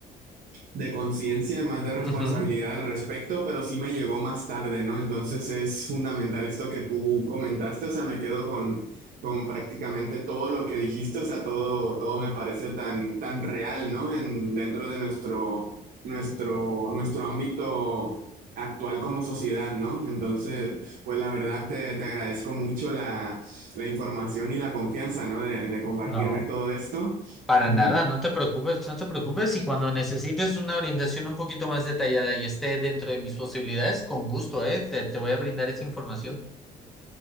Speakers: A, on the right; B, in the centre.
A: de conciencia, más de responsabilidad
B: Ujú,
A: al respecto, pero sí me llegó más tarde, ¿no? Entonces es fundamental esto que tú comentaste, o sea, me quedo con, con prácticamente todo lo que dijiste, o sea, todo, todo me parece tan, tan real, ¿no? En, dentro de nuestro, nuestro, nuestro ámbito actual como sociedad, ¿no? Entonces, pues la verdad te, te agradezco mucho la, la información y la confianza, ¿no? De, de compartirme
B: No.
A: todo esto.
B: Para
A: Ujú.
B: nada, no te preocupes, no te preocupes. Y cuando necesites una orientación un poquito más detallada y esté dentro de mis posibilidades, con gusto, ¿eh? Te, te voy a brindar esa información.